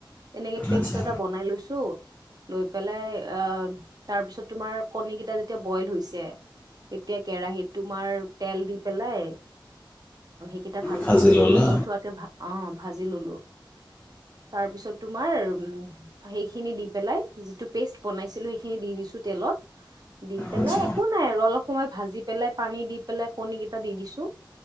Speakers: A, on the right; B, on the left.
A: তেনেকে পেষ্ট
B: আচ্ছা
A: এটা বনাই লৈছো। লৈ পেলাই আহ তাৰ পিছত তোমাৰ কণী কেইটা যেতিয়া বইল হৈছে তেতিয়া কেৰাহীত তোমাৰ তেল দি পেলাই কেইটা ভালকে
B: ভাজি ল'লা
A: ৰঙচুৱাকে ভা অহ, ভাজি ললো তাৰ পিছত তোমাৰ উম সেই সেইখিনি দি পেলাই যিটো পেষ্ট বনাইছিলো সেইখিনি দি দিছো তেলত দি পেলাই
B: আচ্ছা
A: একো নাই আৰু অলপ সময় ভাজি পেলাই পানী পেলাই কণীকেটা দি দিছো